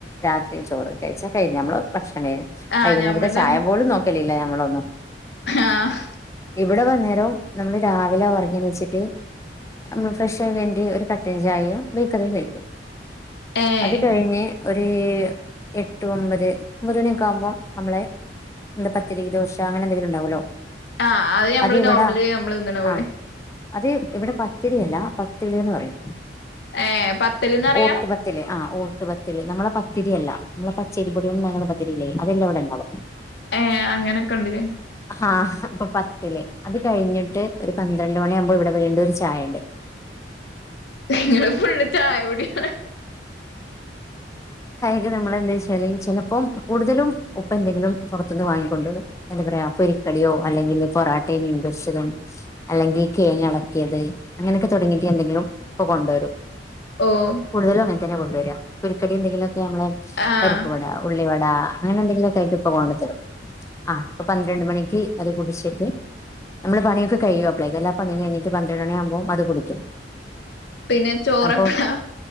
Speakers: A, on the left; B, on the left.
A: രാത്രി ചോറ് കഴിച്ചാ കഴിഞ്ഞ് നമ്മളെ ഭക്ഷണം കഴിഞ്ഞ്.
B: ആഹ്
A: വൈകുന്നേരത്തെ
B: ഞമ്മൾത്
A: ചായ
B: അങ്ങ
A: പോലും നോക്കലില്ല ഞങ്ങളൊന്നും
B: ആഹ്
A: ഇവടെ വന്നേരം നമ്മള് രാവിലെ ഒർങ്ങിയെണീച്ചിട്ട് അമ്മള് ഫ്രഷായി കഴ്ഞ്ഞ്ട്ട് ഒരു കട്ടൻ ചായയും ബേക്കറിയും കഴിക്കും
B: ഏഹ്
A: അത് കഴിഞ്ഞ് ഒരു എ ട്ട് ഒമ്പത് ഒമ്പത് മണിയൊക്കാവുമ്പം നമ്മളെ എന്താ പത്തിരി ദോശ അങ്ങനെ എന്തെങ്കിലും ഉണ്ടാവല്ലോ
B: ആഹ് അഹ് ഞമ്മള്
A: അത് ഇവിടെ
B: നോർമലി ഞമ്മള് തിന്ന്ണ പോലെ
A: ആ അത് ഇവിടെ പത്തിരിയല്ല പത്തലീന്ന് പറയും
B: ഏ പത്തല്ന്നറിയാ
A: ഓട്ടുപത്തില് ആ ഓട്ടുപത്തല് നമ്മളെ പത്തിരിയല്ല ഞമ്മൾ പച്ചരി പൊട്യോണ്ട്ണ്ടാക്ക്ണ പത്തിരില്ലേ അതെല്ല ഇവിടെ ഇണ്ടാവ
B: ഏഹ് അങ്ങനെക്ക്ണ്ട്ലെ
A: ആഹ് അപ്പൊ പത്തല് അത് കഴിഞ്ഞിട്ട് ഒരു പന്ത്രണ്ട് മണിയാവുമ്പോ ഇവടെ വീണ്ടും ഒര് ചായണ്ട്
B: ഇങ്ങള് ഫുള്ള് ചായ കുടിയാണ്
A: <unintelligible> നമ്മള് എന്തെയ്ച്ചാല് ചെലപ്പം കൂടുതലും ഉപ്പ എന്തെങ്കിലും പൊറത്ത്ന്ന് വാങ്ങിക്കൊണ്ടോരും എന്ത പറയാ പൊരി കടിയോ അല്ലെങ്കില് പൊറോട്ടിം മീൻ പൊരിച്ചതും അല്ലെങ്കില് കേങ്ങ് എളക്കിയത് അങ്ങനൊക്കെ തൊടങ്ങീട്ട് എന്തെങ്കിലും ഇപ്പ കൊണ്ടുവരും
B: ഓഹ്
A: കൂടുതലും അങ്ങനെ തന്നെ കൊണ്ടുവരാ പൊരിക്കടി എന്തെങ്കിലൊക്കെ ഞമ്മളെ
B: ആഹ്
A: പരിപ്പവട ഉള്ളിവട അങ്ങനെ എന്തെങ്കിലുമൊക്കെ ആയിട്ട് ഇപ്പൊ കൊണ്ടു തരും ആ അ പന്ത്രണ്ട് മണിക്ക് അത് കുടിച്ചിട്ട് നമ്മള് പണിയൊക്കെ കഴിയോ അപ്ലൈ എല്ലാ പിയ കഴിട്ട് പന്ത്ര മണി ആക്പ അത് കുടിക്കും
B: പിന്നെ ചോറപ്പളാ
A: അപ്പൊ